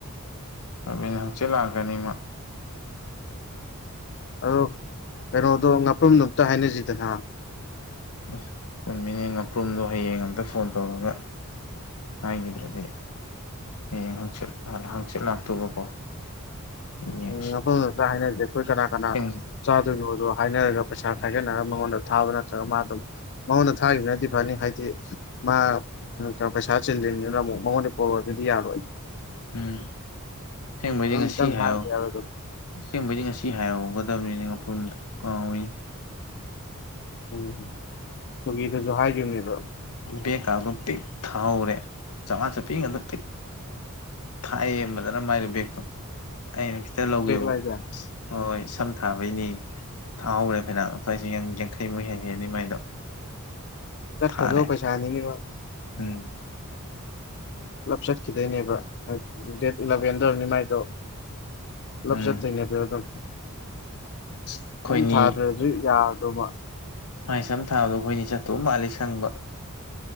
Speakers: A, on the left (about 85°); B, on the left (about 50°).
A: ꯔꯕꯤꯟ ꯍꯪꯆꯤꯠ ꯂꯥꯛꯀꯅꯤ ꯃꯥ
B: ꯑꯗꯣ ꯀꯩꯅꯣꯗꯣ ꯉꯥꯄ꯭ꯔꯨꯝꯗꯨ ꯑꯝꯇ ꯍꯥꯏꯅꯁꯤꯗꯅ
A: ꯎꯝ ꯆꯨꯝ ꯃꯤꯅꯦ ꯉꯥꯄ꯭ꯔꯨꯝꯗꯣ ꯍꯌꯦꯡ ꯑꯝꯇ ꯐꯣꯟ ꯇꯧꯔꯒ ꯍꯥꯏꯒꯤꯗ꯭ꯔꯗꯤ ꯍꯌꯦꯡ ꯍꯪꯆꯤꯠ ꯑꯥ ꯍꯪꯆꯤꯠ ꯂꯥꯛꯇꯧꯕꯀꯣ ꯍꯌꯦꯡ
B: ꯎꯝ ꯃꯐꯝ ꯑꯝꯇ ꯍꯥꯏꯅꯁꯦ ꯑꯩꯈꯣꯏ ꯀꯅꯥ ꯀꯅꯥ
A: ꯁꯦꯡ
B: ꯆꯥꯗꯣꯏꯅꯣꯗꯣ ꯍꯥꯏꯅꯔꯒ ꯄꯩꯁꯥ ꯈꯥꯏꯒꯠꯅꯔꯒ ꯃꯉꯣꯟꯗ ꯊꯥꯕ ꯅꯠꯇ꯭ꯔꯒ ꯃꯥ ꯑꯗꯨꯝ ꯃꯉꯣꯟꯗ ꯊꯥꯈꯤꯕꯅꯗꯤ ꯐꯅꯤ ꯍꯥꯏꯗꯤ ꯃꯥ ꯎꯝ ꯊ ꯄꯩꯁꯥ ꯆꯤꯜꯂꯤꯝꯅꯤꯅ ꯑꯃꯨꯛ ꯃꯉꯣꯟꯗꯩ ꯄꯣꯔꯣꯑꯣ ꯗꯨꯗꯤ ꯌꯥꯔꯣꯏ
A: ꯎꯝ ꯁꯦꯡꯕꯩꯗꯤ
B: ꯑꯗꯨꯝꯇꯪ
A: ꯉꯁꯤ ꯍꯥꯏꯌꯑꯣ
B: ꯍꯥꯏꯗ ꯌꯥꯔꯣꯏꯗꯣ
A: ꯑꯁꯦꯡꯕꯩꯗꯤ ꯉꯁꯤ ꯍꯥꯏꯍꯧꯒꯗꯕꯅꯤꯅꯦ ꯉꯄꯨꯝꯗꯣ ꯀꯥꯎꯏꯅꯦ
B: ꯎꯝ ꯇꯨꯒꯤꯗꯖꯨ ꯍꯥꯏꯒꯤꯝꯅꯦꯕ
A: ꯕꯦꯀꯥꯗꯣ ꯄꯤꯛ ꯊꯥꯎꯔꯦ ꯆꯧꯉꯥ ꯆꯞꯄꯤ ꯉꯥꯛꯇ ꯄꯤꯛ ꯊꯥꯏꯌꯦ ꯃꯖꯅ ꯃꯥꯏ ꯕꯦꯛꯇꯣ ꯑꯩꯅ ꯈꯤꯇ ꯂꯧꯒꯦꯕꯨ
B: ꯕꯦꯛ ꯂꯥꯏꯖꯦ
A: ꯏꯁ ꯍꯣꯏ ꯁꯝ ꯊꯥꯕꯩꯅꯦ ꯊꯥꯍꯧꯔꯦ ꯐꯩꯅꯥꯝ ꯂꯨꯄꯥꯂꯤꯁꯤꯡ ꯌꯥꯡꯈꯩꯃꯨꯛ ꯍꯦꯟ ꯍꯦꯅꯤ ꯃꯥꯏꯗꯣ
B: ꯆꯠꯈꯔꯗꯧ
A: ꯊꯥꯔꯦ
B: ꯄꯩꯁꯥꯅꯤꯅꯦ
A: ꯎꯝ
B: ꯄꯨꯂꯞ ꯆꯠꯈꯤꯗꯣꯏꯅꯦꯕ ꯗꯦꯠ ꯏꯂꯚꯦꯟꯗ ꯑꯣꯏꯔꯝꯅꯤ ꯃꯥꯏꯗꯣ ꯄꯨꯂꯞ
A: ꯎꯝ
B: ꯆꯠꯇꯣꯏꯅꯦ <unintelligible> ꯑꯗꯨꯝ
A: ꯑꯩꯈꯣꯏꯅꯤ
B: ꯑꯗꯨꯝ ꯁꯥꯗ꯭ꯔꯁꯨ ꯌꯥꯕꯗꯣꯃꯥ
A: ꯃꯥꯥꯏ ꯁꯝ ꯊꯥꯕꯗꯣ ꯑꯩꯈꯣꯏꯅꯤ ꯆꯠꯇꯧ ꯃꯥꯜꯂꯤ ꯁꯪꯕ